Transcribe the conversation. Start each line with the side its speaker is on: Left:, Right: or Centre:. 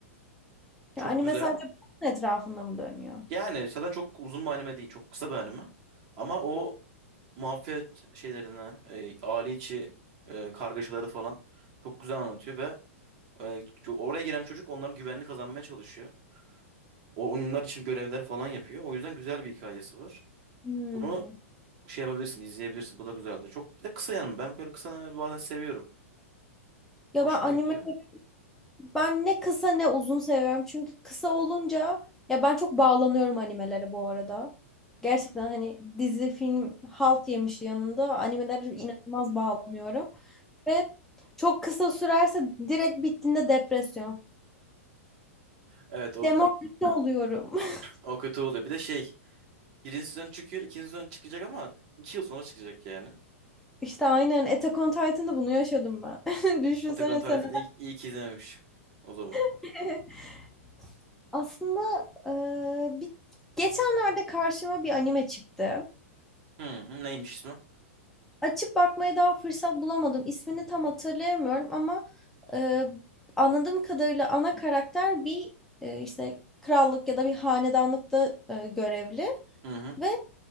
Right: Çok
Centre: Yani
Right: güzel.
Centre: mesela bunun etrafında mı dönüyor?
Right: Yani zaten çok uzun bir anime değil. Çok kısa bir anime. Ama o
Centre: Hı.
Right: mafya şeylerini, e, aile içi e, kargaşaları falan çok güzel anlatıyor ve e, oraya gelen çocuk onların güvenini kazanmaya çalışıyor. O, onlar için görevler falan yapıyor. O yüzden güzel bir hikayesi var.
Centre: Hmm.
Right: Bunu şey yapabilirsin, izleyebilirsin. Bu da güzeldir. Çok bir de kısa yani ben böyle kısa anime bazen seviyorum.
Centre: Ya
Right: Hoşuma
Centre: ben anime
Right: gidiyor.
Centre: ben ne kısa ne uzun seviyorum. Çünkü kısa olunca ya ben çok bağlanıyorum animelere bu arada. Gerçekten hani dizi, film halt yemiş yanında animelere inanılmaz bağlanıyorum. Ve çok kısa sürerse direkt bittiğinde depresyon.
Right: Evet o
Centre: Demoralize
Right: gü-
Centre: oluyorum. <laughs>
Right: o kötü oluyor. Bir de şey birinci sezon çıkıyor, ikinci sezon çıkacak ama iki yıl sonra çıkacak yani.
Centre: İşte aynen Attack on Titan'da bunu yaşadım ben. <laughs> Düşünsene
Right: Attack on Titan'ı
Centre: sen.
Right: iyi, iyi ki izlememiş o zaman.
Centre: <laughs> Aslında e, bir, geçenlerde karşıma bir anime çıktı.
Right: Hı, hı, neymiş ismi?
Centre: Açıp bakmaya daha fırsat bulamadım. İsmini tam hatırlayamıyorum ama e, anladığım kadarıyla ana karakter bir e, işte krallık ya da bir hanedanlıkta e, görevli
Right: Hı hı.
Centre: ve